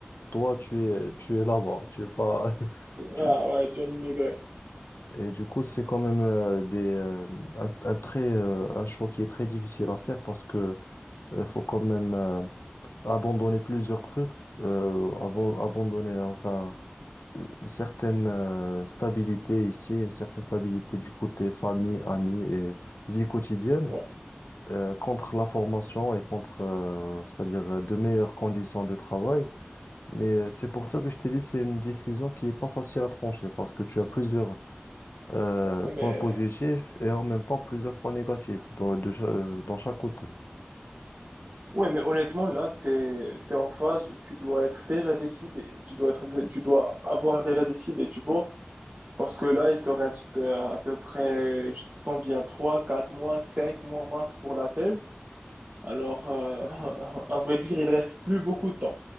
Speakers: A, on the left (about 85°); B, on the right (about 45°).
A: toi, tu es, tu es là-bas, tu es pas... <laughs> tu-
B: Ah
A: tu-
B: ouais, tu es un immigré.
A: Et du coup, c'est quand même euh, des, euh, un, un très, euh, un choix qui est très difficile à faire parce que euh, faut quand même euh, abandonner plusieurs trucs, euh, avant, abandonner, enfin une certaine euh, stabilité ici, une certaine stabilité du côté famille, amis et vie quotidienne,
B: Ouais,
A: euh, contre la formation et contre, euh, c'est-à-dire euh, de meilleures conditions de travail. Mais euh, c'est pour ça que je t'ai dit, c'est une décision qui est pas facile à trancher parce que tu as plusieurs euh,
B: mais,
A: points positifs et en même temps plusieurs points négatifs dans, de cha- euh, dans chaque côté.
B: ouais, mais honnêtement, là, t'es, t'es en phase où tu dois être déjà décidé. Tu dois être, dé- tu dois avoir déjà décidé, tu vois. Parce que là, il te reste euh, à peu près combien? trois, 4 mois, 5 mois max pour la thèse. Alors, euh, <laughs> à vrai dire, il reste plus beaucoup de temps.